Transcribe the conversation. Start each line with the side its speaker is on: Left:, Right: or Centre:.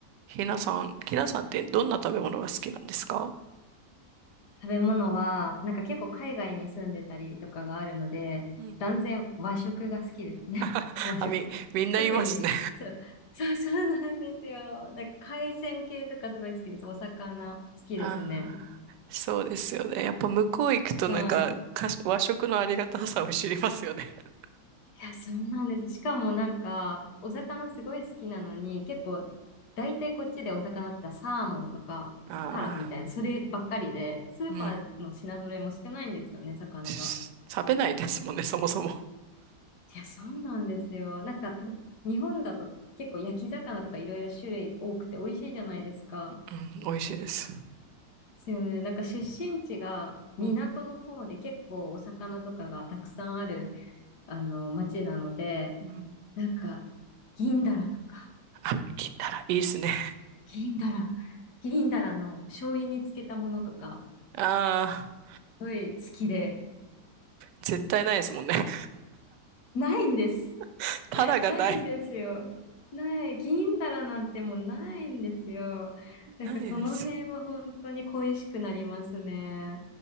Right: ひなさん、ひなさんってどんな食べ物が好きなんですか
Left: 食べ物は、なんか結構海外に住んでたりとかがあるので、
Right: うん。
Left: 断然和食が好きですね。
Right: <laughs>
Left: <laughs> 和食。
Right: あ、み、みんな言いますね
Left: 特に、そう、そう、そうなんですよ。なんか海鮮系とかすごい好きです。お魚好きですね。
Right: <laughs> ああ、そうですよね。やっぱ向こう行くとなんか、
Left: はい。
Right: かし和食のありがたさを知りますよね。<laughs>
Left: いや、そうなんです。しかもなんか、お魚すごい好きなのに、結構、大体こっちでお魚って言ったらサーモンとか、
Right: ああ、
Left: タラみたいな、そればっかりで、スーパーの品揃えも少ないんですよね、
Right: うん。
Left: 魚が。
Right: し食べないですもんね、そもそも。
Left: いや、そうなんですよ。なんかと、日本だと結構焼き魚とかいろいろ種類多くて美味しいじゃないですか。
Right: うん、美味しいです。
Left: ですよね。なんか出身地が港の方で結構お魚とかがたくさんある、
Right: うん。
Left: あの、町なので、
Right: うん。
Left: なんか、銀だらとか、
Right: あ、金たらいいですね。
Left: 銀だら、銀だらの醤油につけたものとか、
Right: ああ、
Left: すごい好きで、
Right: 絶対ないですもんね。
Left: ないんです。
Right: <laughs> たらがない。
Left: ないんですよ。ない。銀だらなんてもうないんですよ。なんかその辺は本当に恋しくなりますね。
Right: ないです。